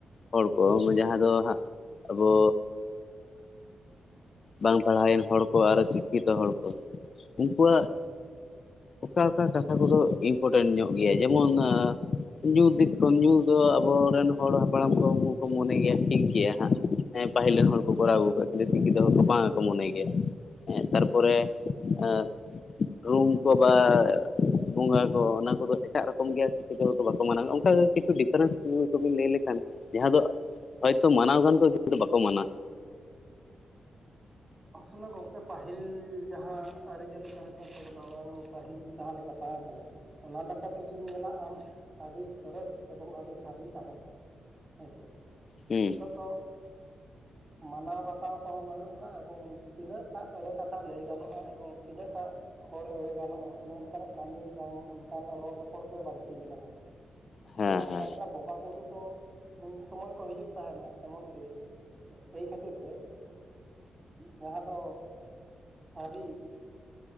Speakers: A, on the left (about 50°); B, on the right (about 30°).
A: ᱦᱚᱲ ᱠᱚ ᱡᱟᱦᱟᱸ ᱫᱚ ᱦᱟᱸᱜ ᱟᱵᱚ ᱵᱟᱝ ᱯᱟᱲᱦᱟᱣᱮᱱ ᱦᱚᱲ ᱠᱚ ᱟᱨ ᱥᱤᱠᱷᱤᱛ ᱦᱚᱲ ᱠᱚ ᱩᱱᱠᱩᱣᱟᱜ
B: ᱦᱩᱸ
A: ᱚᱠᱟ ᱚᱠᱟ ᱠᱟᱛᱷᱟ ᱠᱚᱫᱚ ᱤᱢᱯᱚᱴᱮᱱᱴ ᱧᱚᱜ ᱜᱮᱭᱟ ᱡᱮᱢᱚᱱ ᱧᱩ ᱫᱤᱠ ᱠᱷᱚᱱ ᱧᱩ ᱫᱚ ᱟᱵᱚᱨᱮᱱ ᱦᱚᱲ ᱦᱟᱯᱲᱟᱢ ᱠᱚ ᱩᱱᱠᱩ ᱠᱚ ᱢᱚᱱᱮ ᱜᱮᱭᱟ ᱴᱷᱤᱠ ᱜᱮᱭᱟ ᱦᱟᱸᱜ ᱦᱮᱸ ᱯᱟᱹᱦᱤᱞ ᱨᱮᱱ ᱦᱚᱲ ᱠᱚᱨᱟᱣ ᱟᱹᱜᱩ ᱠᱟᱫᱛᱮ ᱥᱤᱠᱤᱛᱩ ᱦᱚᱲ ᱠᱚ ᱵᱟᱝᱠᱚ
B: ᱦᱩᱸ
A: ᱢᱚᱱᱮ ᱜᱮᱭᱟ ᱛᱟᱨᱯᱚᱨᱮ <unintelligible> ᱨᱩᱢ ᱠᱚ ᱵᱟ ᱵᱚᱸᱜᱟ ᱠᱚ ᱚᱱᱟ ᱠᱚᱫᱚ ᱮᱴᱟᱜ ᱨᱚᱠᱚᱢ ᱜᱮᱭᱟ ᱪᱤᱠᱛᱮ ᱠᱚ ᱵᱟᱠᱚ ᱢᱟᱱᱟᱼᱟ ᱚᱱᱠᱟ ᱠᱤᱪᱷᱩ ᱰᱤᱯᱷᱟᱨᱮᱱᱥ ᱠᱚᱵᱤᱱ ᱞᱟᱹᱭ ᱞᱮᱠᱷᱟᱱ ᱡᱟᱦᱟᱸ ᱫᱚ ᱦᱚᱭᱛᱚ ᱢᱟᱱᱟᱣ ᱜᱟᱱ ᱠᱚ ᱠᱤᱱ ᱫᱚ ᱵᱟᱠᱚ ᱢᱟᱱᱟᱣᱟ
B: ᱟᱥᱚᱞᱮ ᱜᱚᱝᱠᱮ ᱯᱟᱹᱦᱤᱞ ᱡᱟᱦᱟᱸ ᱟᱹᱨᱤᱪᱟᱹᱞᱤ ᱛᱟᱦᱮᱸ ᱠᱟᱱ ᱛᱟᱠᱚᱮ ᱫᱚ ᱵᱟᱝ ᱯᱟᱹᱦᱤᱞ ᱡᱟᱦᱟᱸ ᱞᱮᱠᱟ ᱛᱟᱦᱮᱸ ᱠᱟᱱᱟ ᱚᱱᱟ ᱞᱮᱠᱟᱛᱮ ᱡᱩᱫᱤᱢ ᱧᱮᱞᱟ ᱟᱢ ᱟᱹᱰᱤ ᱥᱚᱨᱮᱥ ᱮᱵᱚᱝ ᱟᱹᱰᱤ ᱥᱟᱹᱨᱤ ᱛᱟᱦᱮᱸ ᱠᱟᱱᱟ ᱦᱮᱸᱥᱮ
A: ᱦᱮᱸ
B: ᱱᱤᱛᱚᱜ ᱫᱚ ᱢᱟᱱᱟᱣ ᱵᱟᱛᱟᱣ ᱠᱚᱦᱚᱸ ᱵᱟᱹᱱᱩᱜ ᱠᱚᱣᱟ ᱾ ᱮᱵᱚᱝ ᱛᱤᱱᱟᱹᱜ ᱴᱟᱜ ᱮᱲᱮ ᱠᱟᱛᱷᱟ ᱞᱟᱹᱭ ᱜᱟᱱᱚᱜᱼᱟ ᱮᱵᱚᱝ ᱛᱤᱱᱟᱹᱜ ᱴᱟᱜ ᱦᱚᱲ ᱮᱲᱮ ᱜᱟᱱᱚᱜᱼᱟ ᱚᱱᱮ ᱚᱱᱠᱟᱱᱟᱜ ᱠᱟᱹᱢᱤ ᱵᱟᱝ ᱚᱱᱠᱟᱱᱟᱜ ᱨᱚᱲ ᱨᱚᱯᱚᱲ ᱜᱮ ᱵᱟᱹᱲᱛᱤ ᱢᱮᱱᱟᱜ ᱟᱠᱟᱫᱟ
A: ᱦᱮᱸ
B: ᱡᱟᱨᱠᱟᱨᱚᱱᱮ
A: ᱦᱮᱸ
B: ᱵᱚᱸᱜᱟ ᱵᱩᱨᱩ ᱫᱚ ᱩᱱ ᱥᱚᱢᱚᱭ ᱠᱚ ᱦᱤᱡᱩᱜ ᱛᱟᱦᱮᱱᱟ ᱮᱢᱚᱱ ᱠᱤ ᱮᱭ ᱠᱷᱟᱹᱛᱤᱨ ᱛᱮ ᱡᱟᱦᱟᱸ ᱫᱚ ᱥᱟᱹᱨᱤ